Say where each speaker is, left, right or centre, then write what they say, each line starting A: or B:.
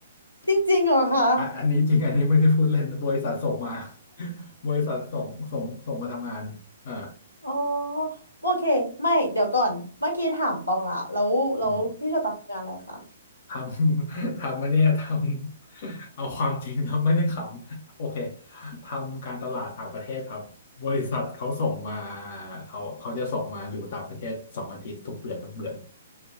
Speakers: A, on the left (about 85°); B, on the left (about 45°).
A: จริงๆเหรอคะ
B: อ่ะอันนี้จริงอันนี้ไม่ได้พูดเล่นบริษัทส่งมา <laughs> บริษัทส่งส่งส่งมาทำงานอ่า
A: อ๋อโอเคไม่เดี๋ยวก่อนเมื่อกี้ถามตองละแล้วแล้วพี่โชตัดทำงานอะไรคะ
B: อืมทำ <laughs> ทำไม่เนี่ยทำเอาความจริงทำไม่ได้ขำโอเคทำการตลาดต่างประเทศครับ บริษัทเขาส่งมาเขาเขาจะส่งมาอยู่ต่างประเทศสองอาทิตย์ทุกเดือนทุกเดือน